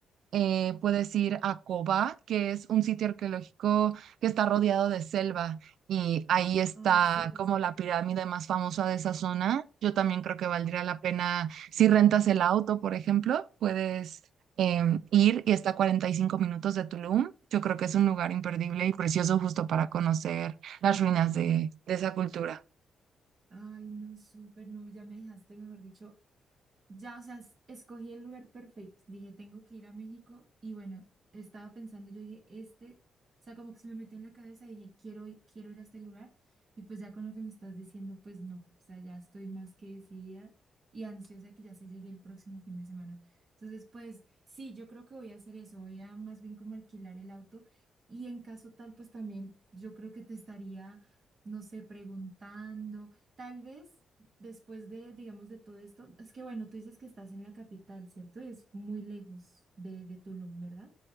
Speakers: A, on the right; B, on the right.
A: eh, puedes ir a Cobá, que es un sitio arqueológico que está rodeado de selva y ahí está
B: Ay, súper.
A: como la pirámide más famosa de esa zona. Yo también creo que valdría la pena, si rentas el auto, por ejemplo, puedes em, ir y está a 45 minutos de Tulum. Yo creo que es un lugar imperdible y precioso justo para conocer las ruinas de de esa cultura.
B: Ay, no, súper. No, ya me dejaste, mejor dicho, Ya, o sea, es- escogí el lugar perfecto. Dije, tengo que ir a México. Y bueno, estaba pensando, yo dije, este, o sea, como que se me metió en la cabeza y dije, quiero, i- quiero ir a este lugar. Y pues ya con lo que me estás diciendo, pues no. O sea, ya estoy más que decidida y ansiosa que ya se llegue el próximo fin de semana. Entonces, pues sí, yo creo que voy a hacer eso. Voy a más bien como alquilar el auto. Y en caso tal, pues también yo creo que te estaría, no sé, preguntando, tal vez después de, digamos, de todo esto, es que bueno, tú dices que estás en la capital, ¿cierto? Y es muy lejos de, de Tulum, ¿verdad?